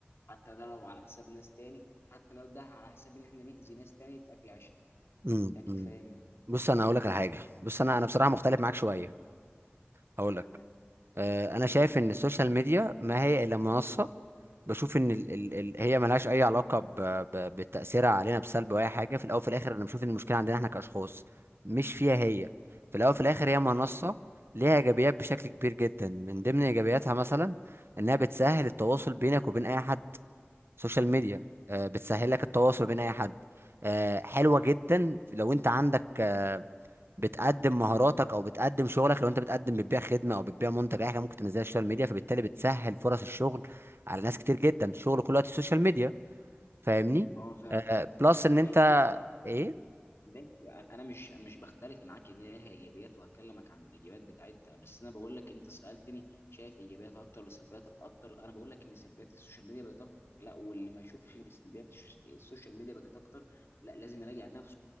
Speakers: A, on the left (about 85°); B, on the right (about 70°).
A: حتى ده لو على حساب ناس تاني حتى لو ده على حساب ان احنا نأذي ناس تاني في اكل عيشها
B: مم.
A: انت اكيد
B: مم.
A: فاهمني
B: بص انا هقول لك على حاجه بص انا انا بصراحه مختلف معاك شويه هقول لك
A: تمام
B: آه، انا شايف ان السوشيال ميديا ما هي الا منصه بشوف ان ال ال ال هي ملهاش اي علاقه ب ب بتاثيرها علينا بسلب او اي حاجه في الاول وفي الاخر انا بشوف ان المشكله عندنا احنا كاشخاص مش فيها هي في الاول وفي الاخر هي منصه
A: اه
B: ليها ايجابيات بشكل كبير جدا من ضمن ايجابياتها مثلا انها بتسهل التواصل بينك وبين اي حد سوشيال ميديا آه، بتسهل لك التواصل بين اي حد آه، حلوه جدا لو انت عندك آه، بتقدم مهاراتك او بتقدم شغلك لو انت بتقدم بتبيع خدمه او بتبيع منتج اي حاجه ممكن تنزلها على السوشيال ميديا فبالتالي بتسهل فرص الشغل على ناس كتير جدا الشغل كله دلوقتي السوشيال ميديا فاهمني
A: آه، فعلا
B: آه بلس ان انت
A: ماشي
B: ايه
A: ماشي، انا مش انا مش بختلف معاك ان هي ليها ايجابيات وهكلمك عن الايجابيات بتاعتها بس انا بقول لك انت سالتني شايف ايجابيات اكتر ولا سلبيات اكتر انا بقول لك ان سلبيات السوشيال ميديا بقت اكتر لا واللي ما يشوفش ان سلبيات الشوش- السوشيال ميديا بقت اكتر لا لازم يراجع نفسه